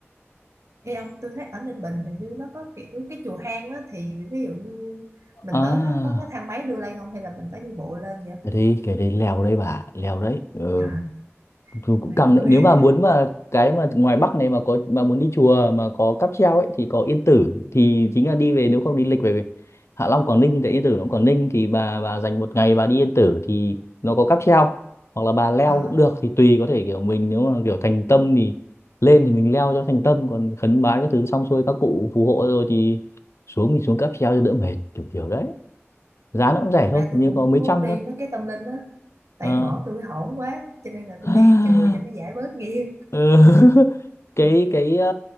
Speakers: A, on the right (about 75°); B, on the left (about 70°).
A: Ê ông, tôi thấy ở Ninh Bình hình như nó có kiểu cái chùa hang á thì ví dụ như mình
B: à
A: tới đó có cái thang máy đưa lên không hay là mình phải đi bộ lên vậy?
B: thế đi cái đấy lèo đây bà lèo đấy ừ
A: Trời,
B: cũng cũng
A: má
B: càng
A: ơi.
B: nếu mà muốn mà cái mà ngoài Bắc này mà có mà muốn đi chùa mà có cáp treo ấy thì có Yên Tử thì chính là đi về nếu không đi lịch về Hạ Long Quảng Ninh thì tại Yên Tử nó cũng Quảng Ninh thì bà bà dành một ngày bà đi Yên Tử thì nó có cáp treo hoặc là bà leo
A: Ờ,
B: cũng được thì tùy có thể kiểu mình nếu mà kiểu thành tâm thì lên thì mình leo cho thành tâm còn khấn bái các thứ xong xuôi các cụ phù hộ rồi thì xuống mình xuống cáp treo cho đỡ mệt kiểu kiểu đấy giá nó cũng rẻ
A: thật
B: thôi
A: ra tôi
B: hình như
A: cũng
B: có mấy
A: muốn
B: trăm
A: đi
B: thôi
A: mấy cái tâm linh á, tại
B: Ờ.
A: mỏ tôi hổn quá cho nên là
B: <sighs>
A: tôi đi chùa cho nó giải bớt nghiệp.
B: Ừ. <laughs> cái cái ờ,